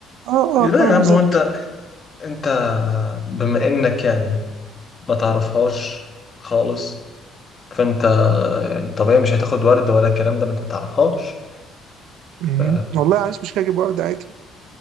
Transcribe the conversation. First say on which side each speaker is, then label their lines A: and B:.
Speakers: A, on the right (about 75°); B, on the left (about 25°).
A: اه اه
B: لا
A: اه
B: يا
A: بالظبط
B: عم هو انت انت بما انك يعني ما تعرفهاش خالص فانت يعني طبيعي مش هتاخد ورد ولا الكلام ده ما انت ما تعرفهاش
A: مم.
B: ف
A: والله عايش مش كده اجيب ورد عادي